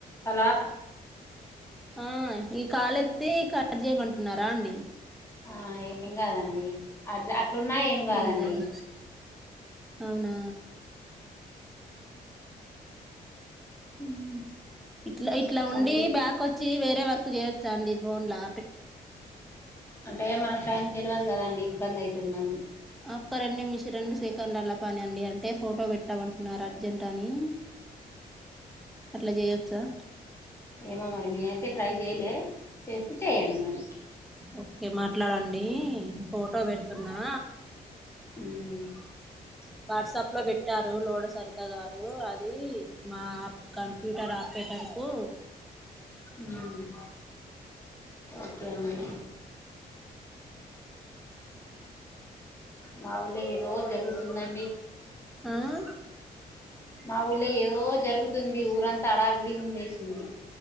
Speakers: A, on the left (about 15°); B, in the centre.
A: Hello
B: ఆ ఈ కాలు ఎత్తి ఈ కట్ చేయమమంటున్నారా అండి
A: అ ఏం కాదండి అట్ అట్లున్నా ఏమ్ కాదండి
B: ఏం కాదా అవునా మ్ ఇట్లా ఇట్లా
A: చెప్పండి
B: ఉండి బ్యాక్ వచ్ చ్చి వేరే వర్కు చేయొచ్చా అండి ఫోన్ లా
A: అంటే మనకు టైం తెలివదు కదండి ఇబ్బంది అయితది మళ్ళీ
B: ఒక్క రెండు నిమిష రెండు సెకండ్ అలా పని అండి అంటే ఫోటో పెట్టామంటున్నారు అర్జెంట్ అని అట్లా చేయొచ్చా
A: ఏమో మరి మీ అయితే ట్రై చేయలే చేస్తే చేయండి మరి
B: ఓకే మాట్లాడండి ఫోటో పెడుతున్నా
A: ఉమ్
B: వాట్సాప్ లో పెట్టారు లోడ సరిత గారు అది మాప్ కం ప్యూటర్ ఆప్రేటర్కు
A: మ్ ఓకే అండి మావుల్లె రోజ్ జరుగుతుందండి
B: ఆ
A: మా ఊళ్ళే ఏదో జరుగుతుంది ఊరంతా అడావిడి ఉండేసింది